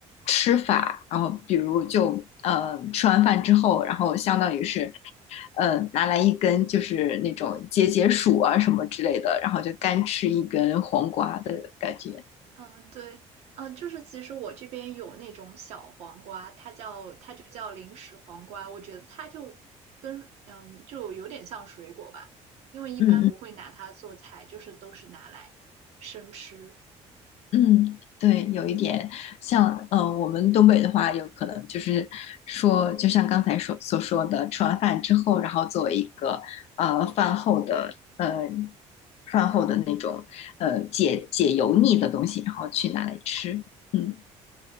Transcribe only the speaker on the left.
吃法，然后比如就呃吃完饭之后，然后相当于是呃拿来一根就是那种解解暑啊什么之类的，然后就干吃一根黄瓜的感觉。
嗯嗯。
嗯，对，有一点像，呃，我们东北的话，有可能就是说，就像刚才所所说的，吃完饭之后，然后作为一个呃饭后的呃饭后的那种呃解解油腻的东西，然后去拿来吃。嗯